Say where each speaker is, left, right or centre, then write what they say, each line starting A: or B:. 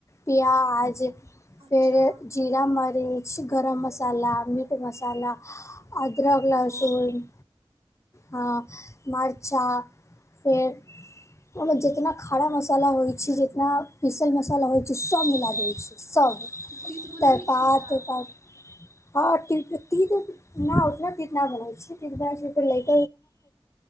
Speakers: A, on the left; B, on the right.
A: प्याज
B: अच्छा
A: फेर जीरा मर गरम मसला मीट मसला अदरक लहसून
B: ओ
A: हँ मर्चा फेर ओहिमे जितना खरा मसाला होइ छै जितना पीसल मसाला होइ छै सभ मिला दैबै छियै सभ
B: तू तीत बनबै
A: तेरपात
B: छी का
A: उरपात हाँ टी तिनूक न ओतना तीत न बनाबै छियै कियाकि भाईजिक